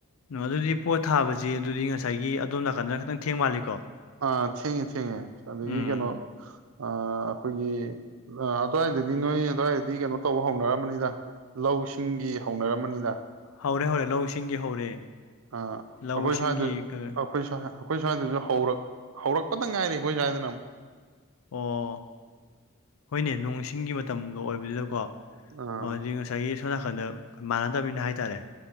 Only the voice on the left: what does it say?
ꯑꯗꯨꯗꯤ ꯄꯣꯠ ꯊꯥꯕꯁꯤ ꯑꯗꯨꯗꯤ ꯉꯁꯥꯏꯒꯤ ꯑꯗꯣꯝ ꯅꯥꯀꯟꯗꯅ ꯈꯤꯇꯪ ꯊꯦꯡ ꯃꯥꯜꯂꯤꯀꯣ
ꯎꯝ
ꯍꯧꯔꯦ ꯍꯧꯔꯦ ꯂꯧ ꯁꯤꯡꯒꯤ ꯍꯧꯔꯦ
ꯂꯧ
ꯏꯁꯤꯡꯒꯤ
ꯀ
ꯑꯣ ꯍꯣꯏꯅꯦ ꯅꯣꯡꯁꯤꯡꯒꯤ ꯃꯇꯝꯒ ꯑꯣꯏꯕꯗꯨꯗꯀꯣ
ꯑꯗꯨꯗꯤ ꯉꯁꯥꯏ ꯉꯥꯁꯥꯏꯒꯤ ꯁꯣꯝ ꯅꯥꯀꯟꯗ ꯃꯥꯟꯅꯗꯕꯅꯤꯅ ꯍꯥꯏꯇꯥꯔꯦ